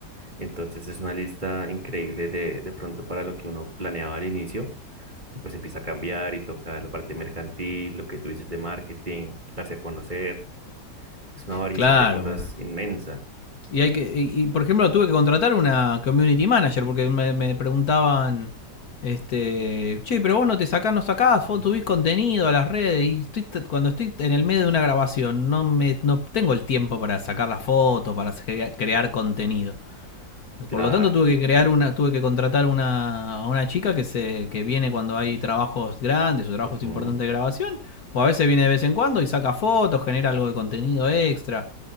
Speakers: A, on the right; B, on the left.
A: Entonces es una lista increíble de, de pronto para lo que uno planeaba al inicio y pues empieza a cambiar y toca la parte mercantil, lo que tú dices de marketing, darse a conocer. Es una variación
B: Claro,
A: de cosas
B: bueno,
A: inmensa.
B: Y hay que, y, y, por ejemplo tuve que contratar una community manager porque me, me preguntaban, este, che, pero vos no te sacás, no sacás,
A: Mm.
B: vos subís contenido a las redes y estoy, cuando estoy en el medio de una grabación no me, no tengo el tiempo para sacar las fotos, para crea, crear contenido.
A: Claro,
B: Por lo tanto tuve que crear una, tuve que contratar una, a una chica que se, que viene cuando hay trabajos grandes o trabajos
A: ujú,
B: importantes de grabación, o a veces viene de vez en cuando y saca fotos, genera algo de contenido extra.